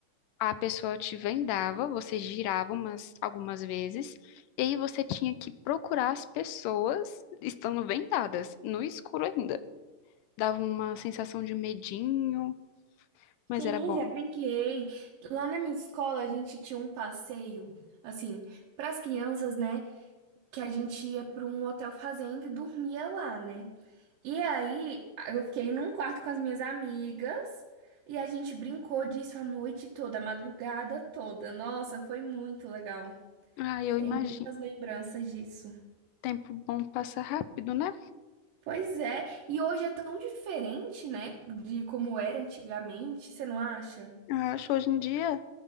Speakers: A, on the left; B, on the right.
A: a pessoa te vendava, você girava umas, algumas vezes, e aí você tinha que procurar as pessoas estando vendadas, no escuro ainda. Dava uma sensação de medinho, mas
B: Sim,
A: era bom.
B: já brinquei. Lá na minha escola, a gente tinha um passeio, assim, para as crianças, né? Que a gente ia para um hotel fazenda e dormia lá, né? E aí, eu fiquei num quarto com as minhas amigas e a gente brincou disso a noite toda, a madrugada toda. Nossa, foi muito legal.
A: Ah, eu
B: Tenho
A: imagino.
B: muitas lembranças disso.
A: Tempo bom passa rápido, né?
B: Pois é, e hoje é tão diferente, né, de como era antigamente, você não acha?
A: Eu Acho hoje em dia